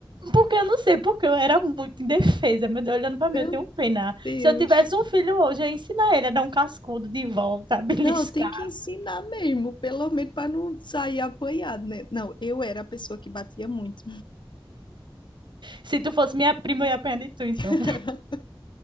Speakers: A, on the right (about 65°); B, on the left (about 65°).
A: Porque eu não sei, porque eu era muito indefesa. Meu Deus, olhando pra mim,
B: Meu
A: eu tenho pena.
B: Deus.
A: Se eu tivesse um filho hoje, eu ia ensinar ele a dar um cascudo de volta, <laughs> a beliscar.
B: Não, tem que ensinar mesmo, pelo menos para não sair apanhado, né? Não, eu era a pessoa que batia muito.
A: Se tu fosse minha prima, eu ia apanhar de tu, então.
B: <laughs> Era.